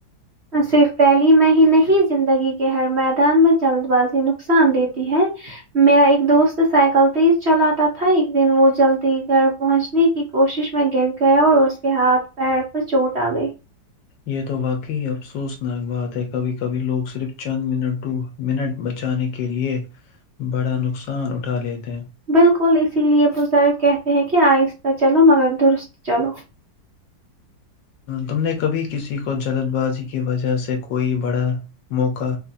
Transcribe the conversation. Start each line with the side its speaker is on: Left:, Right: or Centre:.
Right: صرف پہلی میں ہی نہیں زندگی کے ہر میدان میں جلد بازی نقصان دیتی ہے میرا ایک دوست سائیکل تیز چلاتا تھا ایک دن وہ جلدی گھر پہنچنے کی کوشش میں گر گیا اور اس کے ہاتھ پیر پر چوٹ آ گئی
Left: یہ تو واقعی افسوسناک بات ہے کبھی کبھی لوگ صرف چند منٹ ٹو منٹ بچانے کے لیے بڑا نقصان اٹھا لیتے ہیں
Right: بالکل اسی لیے سر کہتے ہیں کہ آہستہ چلو مگر درست چلو
Left: تم نے کبھی کسی کو جلد بازی کی وجہ سے کوئی بڑا موقع